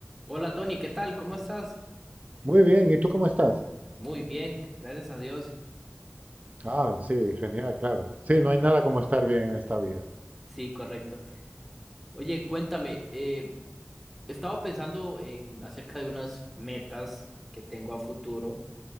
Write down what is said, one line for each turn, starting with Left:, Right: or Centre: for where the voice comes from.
Centre: Hola Tony, ¿qué tal? ¿Cómo estás?
Right: Muy bien, ¿y tú cómo estás?
Centre: Muy bien, gracias a Dios.
Right: Ah, sí, genial, claro. Sí, no hay nada como estar bien en esta vida.
Centre: Sí, correcto. Oye, cuéntame, eh, he estado pensando en acerca de unas metas que tengo a futuro